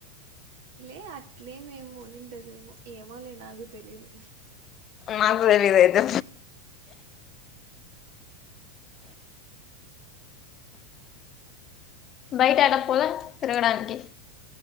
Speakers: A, on the right; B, on the left.
A: లే లేమెమో అని ఉంటదేమో ఏమోలే నాకు తెలీదు
B: మాకు తెలియదు అయితే బయట ఎడకు పోలే తిరగడానికి